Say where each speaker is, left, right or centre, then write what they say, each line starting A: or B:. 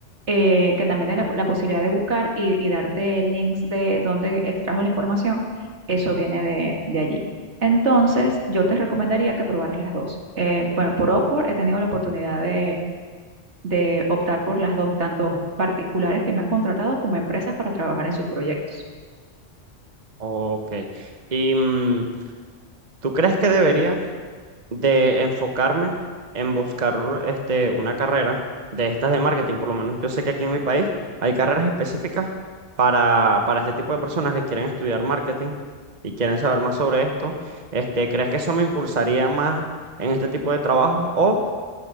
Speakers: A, on the right; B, on the right.
A: eh, que también tiene la, la posibilidad de buscar y, y darte links de dónde extrajo la información, eso viene de, de allí. Entonces, yo te recomendaría que probaras las dos. Eh, bueno, por Upwork he tenido la oportunidad de, de optar por las dos, tanto particulares que me han contratado como empresas para trabajar en sus proyectos.
B: ok. ¿Y mm, tú crees que debería? de enfocarme en buscar este, una carrera de estas de marketing. Por lo menos yo sé que aquí en mi país hay carreras específicas para, para este tipo de personas que quieren estudiar marketing y quieren saber más sobre esto. Este, ¿crees que eso me impulsaría más en este tipo de trabajo o